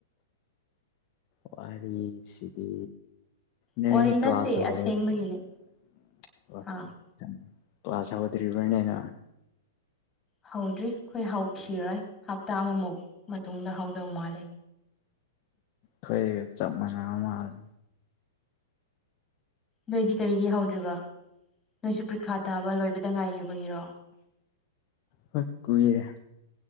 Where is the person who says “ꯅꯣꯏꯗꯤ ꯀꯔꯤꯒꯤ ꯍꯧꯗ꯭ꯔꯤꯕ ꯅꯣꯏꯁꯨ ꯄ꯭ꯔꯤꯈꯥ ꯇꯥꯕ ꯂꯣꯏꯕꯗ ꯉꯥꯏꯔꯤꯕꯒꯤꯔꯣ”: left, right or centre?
Left